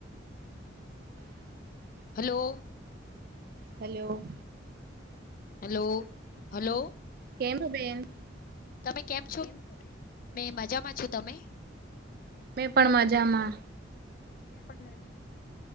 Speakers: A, on the right; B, on the left.
A: <inaudible>
B: Hello.
A: Hello.
B: Hello hello.
A: કેમ બેેન?
B: તમે કેમ છો? મેં મજામાં છું. તમે?
A: મેં પણ મજામાં.
B: મેં પણ મજામાં.